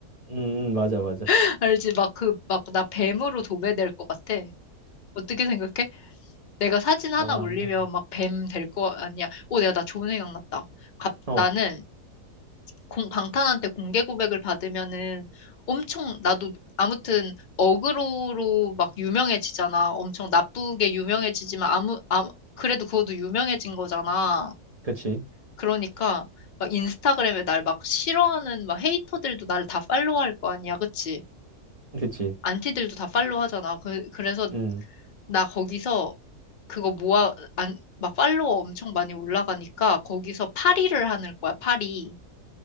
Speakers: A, on the right; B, on the left.
A: 음, 음, 맞아, 맞아.
B: <laughs> 알지? 막 그, 막 나 뱀으로 도배될 것 같아. 어떻게 생각해? 내가 사진 하나
A: 아,
B: 올리면 막 뱀 될 거 아니야. 오, 내가 나 좋은 생각 났다. 갑,
A: 어,
B: 나는 공- 방탄한테 공개 고백을 받으면은 엄청 나도 아무튼 어그로로 막 유명해지잖아. 엄청 나쁘게 유명해지지만 아무 아 그래도 그것도 유명해진 거잖아.
A: 그치,
B: 그러니까 막 인스타그램에 날 막 싫어하는 막 헤이터들도 날 다 팔로우할 거 아니야, 그치?
A: 그치.
B: 안티들도 다 팔로우하잖아. 그 그래서
A: 음,
B: 나 거기서 그거 모아 안 막 팔로워 엄청 많이 올라가니까 거기서 파리를 하는 거야, 파리.